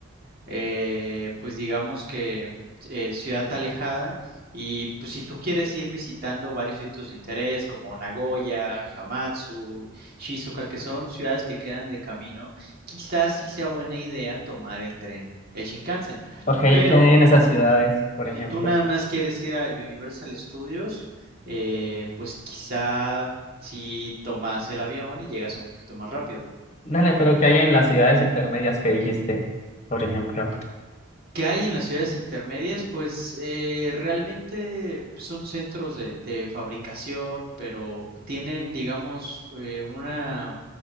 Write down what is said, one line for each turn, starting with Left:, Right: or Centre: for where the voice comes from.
Right: eh, pues digamos que eh, ciudad alejada y pues si tú quieres ir visitando varios sitios de interés como Nagoya, Hamatsu, Shizuoka, que son ciudades que quedan de camino, quizás sí sea buena idea tomar el tren, el Shinkansen,
Left: Ok, ¿qué
Right: pero
Left: hay en esas ciudades,
Right: si,
Left: por
Right: si
Left: ejemplo?
Right: tú nada más quieres ir a Universal Studios, eh, pues quizá si tomas el avión y llegas un poquito más rápido.
Left: Dale, pero ¿qué hay en las ciudades intermedias que dijiste, por ejemplo?
Right: ¿Qué hay en las ciudades intermedias? Pues eh, realmente pues, son centros de, de fabricación, pero tienen, digamos, eh, una